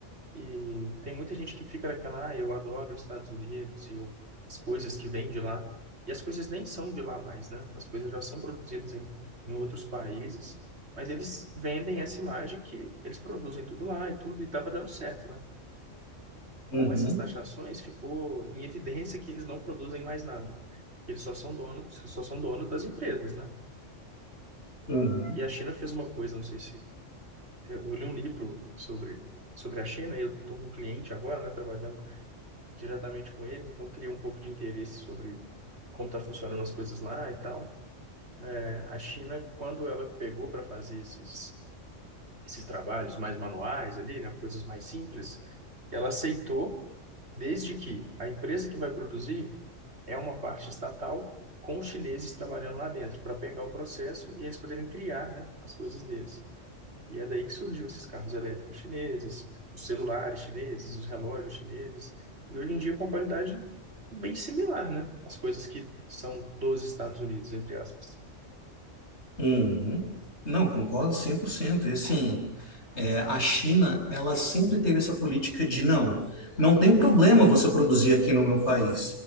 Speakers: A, on the right; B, on the left.
A: E tem muita gente que fica naquela, ah, eu adoro os Estados Unidos e eu, as coisas que vêm de lá. E as coisas nem são de lá mais, né? As coisas já são produzidas em, em outros países, mas eles vendem essa imagem que eles produzem tudo lá e tudo, e estava dando certo, né?
B: Uhum,
A: Com essas taxações, ficou em evidência que eles não produzem mais nada. Eles só são donos, só são donos das empresas, né?
B: uhum.
A: E a China fez uma coisa, não sei se... Eu eu li um livro sobre, sobre a China, e eu estou com um cliente agora, né, trabalhando diretamente com eles, então criei um pouco de interesse sobre como está funcionando as coisas lá e tal. É, A China, quando ela pegou para fazer esses, esses trabalhos mais manuais ali, né, coisas mais simples, ela aceitou desde que a empresa que vai produzir é uma parte estatal com os chineses trabalhando lá dentro para pegar o processo e eles poderem criar, né, as coisas deles. E é daí que surgiu esses carros elétricos chineses, os celulares chineses, os relógios chineses, e hoje em dia com qualidade bem similar, né? As coisas que são dos Estados Unidos, entre aspas.
B: Uhum. Não, concordo cem por cento E assim, é, a China, ela sempre teve essa política de não, não tem problema você produzir aqui no meu país.